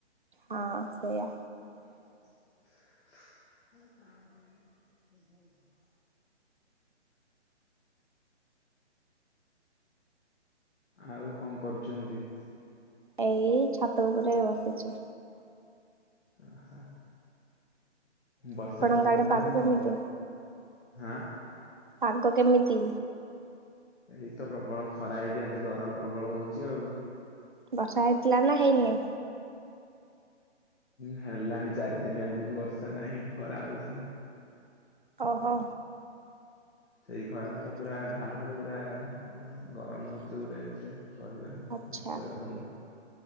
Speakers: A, on the right; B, on the left.
A: ହଁ ସେଇଆ।
B: <unintelligible> ଆଉ କଣ କରୁଛନ୍ତି?
A: ଏଇ ଛାତ ଉପରେ ବସିଛି।
B: ଓହ ବର୍ଷା
A: ଆପଣଙ୍କ
B: ତ ହୋଉନି
A: ଆଡେ ପାଗ କେମିତି
B: ଗ ଆଁ
A: ପାଗ କେମିତି?
B: ଏଇ ତ ପ୍ରବଳ ଖରା ହେଇକି ଆଜି ଗରମ ପ୍ରବଳ ହୋଉଚି ଆଉ।
A: ବର୍ଷା ହେଇଥିଲା ନା ହେଇନି?
B: ହେଲାଣି ଚାରି ଦିନ ଆଜିକୁ ବର୍ଷା ନାହିଁ ଖରା ହୋଉଛି।
A: ଓହୋ।
B: ସେଇ ଖରା ରେ ତ ପୁରା ଝାଳ ରେ ପୁରା। ତାହା ଗରମ ହେଉଛି ଯୋଉ ରେଟରେ କହିବା ନ
A: ଆଚ୍ଛା।
B: କହିବା ଭଲ।